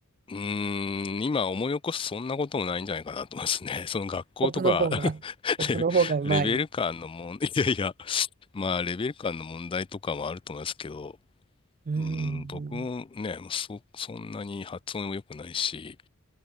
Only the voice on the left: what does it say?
うーん、今思い起こすそんなこともないんじゃないかなと思いますね。<laughs> その学校とか
<laughs>
レ、レベル感の問題、<laughs> いやいや、まあレベル感の問題とかもあると思いますけど、
うーん、僕もね、
そ、そんなに発音も良くないし、